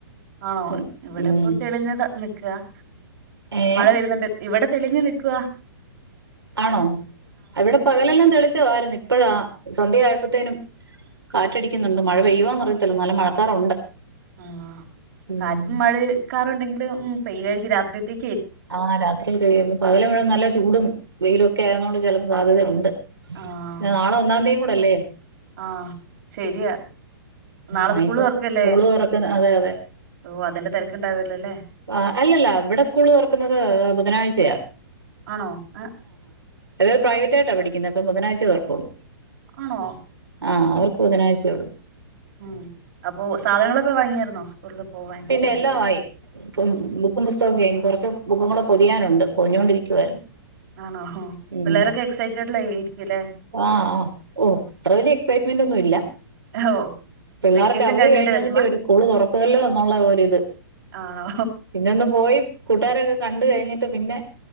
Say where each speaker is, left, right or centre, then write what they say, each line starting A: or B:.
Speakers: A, on the right (about 50°); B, on the right (about 85°).
A: ആണോ
B: അപ്പം
A: ഇവിടെ
B: ഉം
A: ഇപ്പോ തെളിഞ്ഞത നിക്ക് ക്ക
B: ഏ
A: മഴ വരുന്നുണ്ട് ഇവിടെ തെളിഞ്ഞു നിൽക്കുവാ
B: ആണോ അവിടെ പകൽ എല്ലാം തെളി മഴ ആരുന്നു ഇപ്പോഴാ സന്ധ്യയപ്പോത്തേനും കാറ്റടിക്കുന്നുണ്ട് മഴ പെയ്യുവോന്ന് അറിയത്തില്ല നല്ല മഴക്കാറുണ്ട്
A: ആ
B: ഉം
A: കാറ്റും മഴേ കാറുണ്ടെങ്കിലും പെയ്യുയായിരിക്കും രാത്രി പ്രതി
B: ആ രാത്രി പെയ്യും പകല് മുഴുവൻ നല്ല ചൂടും വെയിലും ഒക്കെ ആയിരുന്നു കൊണ്ട് ചിലപ്പോ സാധ്യത ഉണ്ട്
A: ആഹ്
B: പിന്നെ നാളെ ഒന്നാം തീയതി യും കൂടെ അല്ലേ
A: ആഹ് ശരിയാ നാളെ
B: അതിൻ്റെ
A: സ്കൂള് തുറക്കല്ലേ
B: സ്കൂൾ തുറക്കുന്ന അതെ അതെ
A: ഓ അതിന്റെ തിരക്കുണ്ടാവല്ലോ അല്ലെ
B: ആ അല്ല അല്ല ഇവിടെ സ്കൂൾ തുറക്കുന്നത് ബുധനാഴ്ച
A: ആണോ ആ
B: അവർ പ്രൈവറ്റായിട്ട പഠിക്കുന്നെ അപ്പൊ ബുധനാഴ്ച തുറക്കോള്ളൂ
A: ആണോ
B: ആ അവർക്ക് ബുധനാഴ്ച ഉള്ളൂ
A: ഉം അപ്പൊ സാധനങ്ങളൊക്കെ വാങ്ങിയായിരുന്നോ സ്കൂൾ പോകാനുള്ളത്
B: പിന്നെ എല്ലാമായി ബുക്കും പുസ്തകവും ഒക്കെ <unintelligible> കുറച്ചും ബുക്കും ഒന്നൂടെ പൊതിയാനുണ്ട് പൊഞ്ഞുകൊണ്ടിരിക്കു ആയിരുന്നു
A: ആണോ
B: ഉ
A: പിള്ളേരൊക്കെ എക്സൈറ്റഡിലായിരിക്കുംല്ലേ
B: ആ ആ ഓ അത്ര വലിയ എക്സൈറ്റ്മെന്റ് ഒന്നുമില്ല.
A: ഓ
B: പിള്ളാർക്ക്
A: വെക്കേഷൻ
B: അവധി
A: കഴിഞ്ഞതിന്റെ
B: കഴിഞ്ഞതിൻ്റെ
A: വിഷമാ
B: സ്കൂൾ തുറക്കുമല്ലോ എന്നൊരു ഇത്
A: ആണോ
B: പിന്നെ ഒന്ന് പോയി കൂട്ടുകാരൊക്കെ കണ്ട കഴിഞ്ഞിട്ട് പിന്നെ